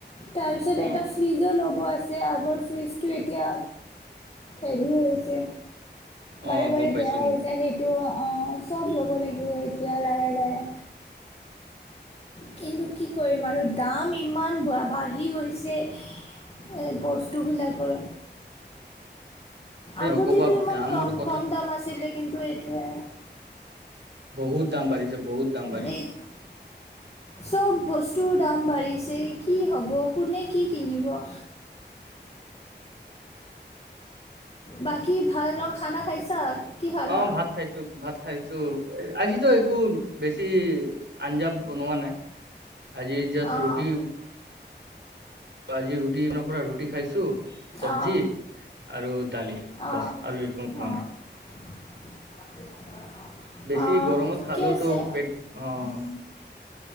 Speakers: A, on the left; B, on the right.
A: তাৰপিছত
B: অ
A: এটা ফ্ৰিজো ল'ব আছে আগৰ ফ্ৰীজটো এতিয়া হেভি হৈ আছে
B: অ
A: বাৰে, বাৰে
B: গম পাইছো
A: বেয়া
B: গম
A: হৈ যায় সেইটো অ', চব ল'ব লাগিব এতিয়া লাহে, লাহে। কিন্তু কি কৰিম আৰু দাম ইমান বাঢ়ি গৈছে। এই বস্তুবিলাকৰ।
B: পাইছো
A: আগতে
B: নকবা
A: ইমান
B: দামৰ
A: কম,
B: কথা
A: কম দাম আছিলে কিন্তু এইটোৱে।
B: বহুত। দাম বাঢ়িছে বহুত দাম বাঢ়িছে
A: এই ট চব বস্তুৰ দাম বাঢ়িছে। কি হ'ব কোনে কি কিনিব আ। বাকী ভাল ন খানা খাইছা। কি খালা
B: অ', ভাত খাইছোঁ ভাত খাইছোঁ। আজিতো একো বেছি আঞ্জা বনোৱা নাই। আজি জাষ্ট
A: অঁ
B: ৰুটি। আজি ৰুটি <unintelligible> ৰুটি খাইছো। চবজি
A: অঁ
B: আৰু দালি,
A: অঁ
B: বাচ, আৰু একো
A: অঁ
B: পোৱা নাই।
A: <unintelligible>
B: বেছি
A: অঁ
B: গৰমত
A: ঠিকে
B: খালেওতো
A: আছে
B: পেট, অ'